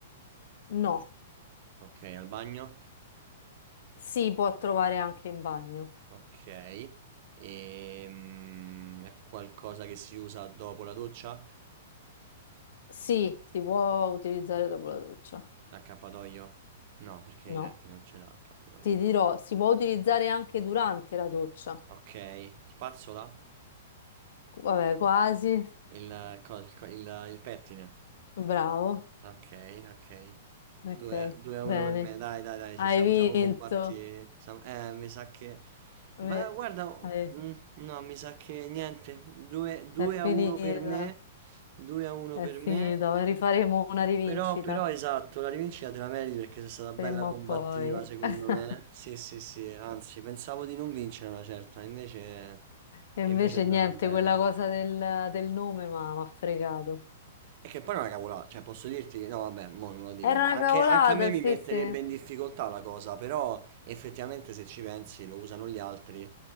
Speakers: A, on the left; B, on the right.
A: No,
B: Ok, al bagno?
A: si può trovare anche in bagno.
B: Ok. E, mh, è qualcosa che si usa dopo la doccia?
A: Sì, si può utilizzare dopo la doccia.
B: L'accappatoio? No, perché
A: No.
B: i denti non ce l'ha l'accappatoio.
A: Ti dirò, si può utilizzare anche durante la doccia.
B: Ok, spazzola?
A: Vabbè, quasi.
B: Il, co- il co- il- il pettine?
A: Bravo.
B: Ok, ok.
A: Ok,
B: 2 a
A: bene.
B: 1 per me, dai, dai, dai,
A: Hai
B: ci siamo,
A: vinto.
B: siamo combatti. siamo- Eh, mi sa che...
A: Vabbè,
B: Beh, guarda,
A: vabbè,
B: mm, no, mi sa che niente. 2
A: È finita.
B: a 1 per me, 2 a 1
A: È
B: per
A: finita.
B: me.
A: Rifaremo una rivincita
B: Però, però, esatto, la rivincita te la meriti perché sei stata bella
A: prima
B: combattiva,
A: o poi.
B: secondo
A: <laughs>
B: me. Sì, sì, sì, anzi, pensavo di non vincere una certa, invece,
A: E invece
B: invece è andata
A: niente,
B: bene.
A: quella cosa del, del nome ma mi ha fregato.
B: E che poi non è una cavolata, cioè posso dirti, no vabbè, mo non lo dico,
A: Era una
B: anche,
A: cavolata,
B: anche a me mi
A: sì,
B: metterebbe
A: sì.
B: in difficoltà la cosa, però effettivamente se ci pensi lo usano gli altri,